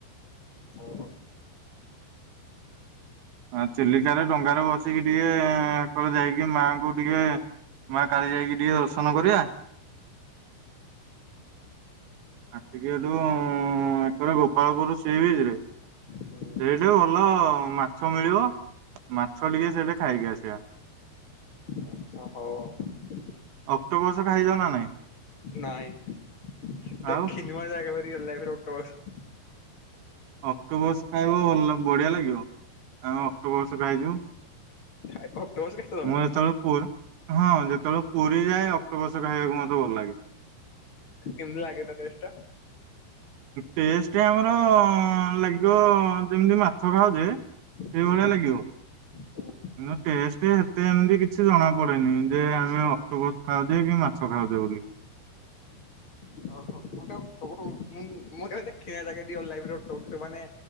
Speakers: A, on the left (about 40°); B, on the right (about 70°).
A: ହଉ ହଉ
B: ଆ ଚିଲିକାରେ ଡଙ୍ଗାରେ ବସିକି ଟିକେ ଯାଇକି ମାଙ୍କୁ ଟିକେ ମା କାଳି ଯାଇକି ଟିକେ ଦର୍ଶନ କରିବା। ଆସିକି ସେଇଠୁ ଏପଟ ଗୋପାଳପୁର ସିବିଚ୍ ରେ ସେଇଠି
A: ହୁଁ
B: ଭଲ ମାଛ ମିଳିବ ମାଛ ଟିକେ ସେଠି ଖାଇକି ଆସିବା। <inaudible>
A: ଆଚ୍ଛା ହଉ ଆଉ।
B: ଅକ୍ଟୋପସ୍ ଖାଇଛ ନା ନାଇ?
A: ନାଇଁ ଦେଖିନି
B: ଆଉ
A: ମୁଁ ଆଜି ଯାଏ ରିଅଲ ଲାଇଫ ରେ ଅକ୍ଟୋପସ
B: ଅକ୍ଟୋପସ୍ ଖାଇବ ଭଲ ବଢିଆ ଲାଗିବ ଆମେ ଅକ୍ଟୋପସ୍ ଖାଇଚୁ।
A: ଅକ୍ଟୋପସ ଖାଇଛ ତମେ
B: ମୁଁ ଯେତେବେଳେ ପୁରୀ ହଁ ଯେତେବେଳେ ପୁରୀ ଯାଏ ଅକ୍ଟୋପସ୍ ଖାଇବାକୁ ମତେ ଭଲ ଲାଗେ।
A: କେମତି ଲାଗେ ତା ଟେଷ୍ଟ୍ ଟା?
B: ଟେଷ୍ଟ ଆମର ଅ ଲାଗିବ ଯେମିତି ମାଛ ଖାଉଛେ ଏଇ
A: ହୁଁ
B: ଭଳିଆ ଲାଗିବ।
A: ହୁଁ।
B: <unintelligible> ଟେଷ୍ଟ ଏତେ ଏମିତି କିଛି ଜଣା ପଡେନି ଯେ ଆମେ ଅକ୍ଟୋପସ ଖାଉଛେ କି ମାଛ ଖାଉଛେ ବୋଲି।
A: ଓହୋ <unintelligible> ମୁଁ କେ ଦେଖିନି <unintelligible> ମାନେ